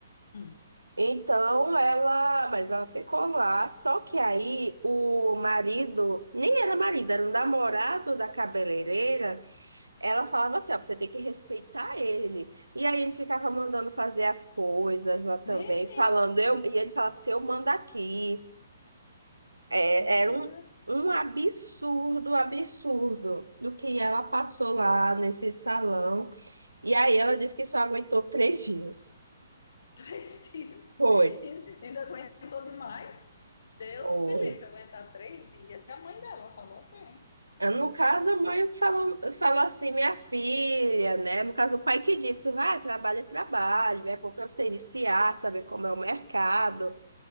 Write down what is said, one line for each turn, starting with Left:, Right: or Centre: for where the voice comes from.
Left: Hum.
Right: Então ela, mas ela ficou lá, só que aí o marido, nem era marido, era o namorado da cabeleireira. Ela falava assim: ó, você tem que respeitar ele. E aí ele ficava mandando fazer as coisas lá também,
Left: Menino,
Right: falando, eu, e ele falava assim: eu mando aqui. É,
Left: né?
Right: era um, um absurdo, absurdo do que ela passou lá nesse salão. E aí ela disse que só aguentou três dias.
Left: <laughs> Três dias.
Right: Foi.
Left: E- Ainda aguentou demais. Deus
Right: Foi.
Left: me livre, aguentar três dias. E a mãe dela falou quem?
Right: Ah, No caso, a mãe falou, falou assim, minha filha, né? No caso, o pai que disse, vai, trabalho é trabalho, é bom para você iniciar, saber como é o mercado,